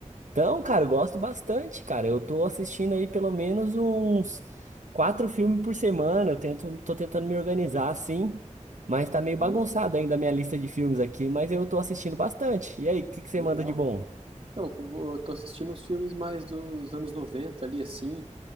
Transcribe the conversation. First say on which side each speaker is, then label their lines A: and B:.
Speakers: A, on the right; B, on the right.
A: Então, cara, eu gosto bastante, cara. Eu tô assistindo aí pelo menos uns quatro filmes por semana. Eu tento, tô tentando me organizar assim, mas tá meio
B: Pô,
A: bagunçado ainda a minha lista de filmes aqui, mas eu tô assistindo bastante. E aí, o que que você
B: legal.
A: manda de bom?
B: Então, eu vou- tô assistindo uns filmes mais dos anos 90 ali, assim.